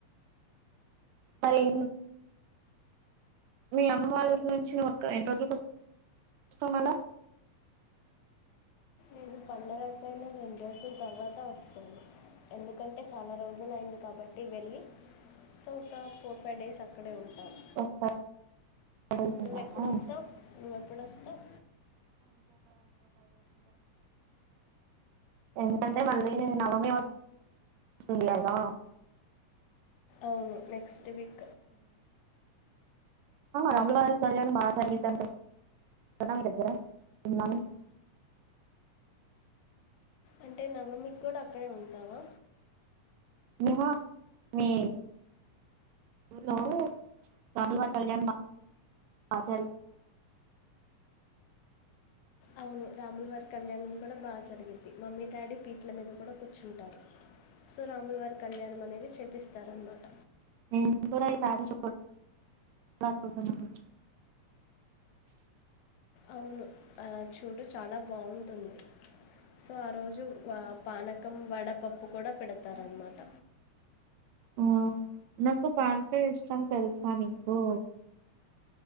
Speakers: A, on the right; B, on the left.
A: అరే మీ అమ్మ వాళ్ళ నుంచి నువ్ ఎన్ని రోజులకు వస్తావు మల్ల
B: నే పండగ అయిపోయిన రెండు రోజుల తర్వాత వస్తాను ఎందుకంటే అంటే చాలా రోజులయ్యింది కాబట్టి ఒకటి వెళ్ళి సో ఒక ఫోర్ ఫైవ్ డేస్ అక్కడే ఉంటాను
A: నేను ఫైవ్ డేస్
B: నువ్వు
A: ఉంటాను
B: ఎప్పుడు వస్తావు నువ్వు ఎప్పుడు వస్తావు
A: ఎందుకంటే మళ్ళీ నవమీ వస్తుంది కదా
B: అవును నెక్స్ట్ వీక్
A: రాముల వారి కళ్యాణ బాగా జరిగిద్ది అంట కదా మీ దగ్గర విన్నాను
B: అంటే నవమికు కూడా అక్కడే ఉంటావా
A: వ ఏ హలో రాము కళ్యాణ ఆచ
B: అవును రాములవారి కళ్యాణ్ం కూడా బాగా జరిగిద్ది మమ్మీ డాడీ పీట్ల మీద కూడా కూర్చుంటారు సో రాములువారి కళ్యాణం అనేది చేపిస్తారన్నమాట
A: నేను కూడా ఈసారి చూడాలనుకుంటున్నాను
B: అవును ఆ చూడు చాలా బాగుంటుంది సో ఆ రోజు పాన పకం వడపప్పు కూడా పెడతారనమాట
A: ఆ నాకు పానకాయ ఇష్టం తెలుసానుకో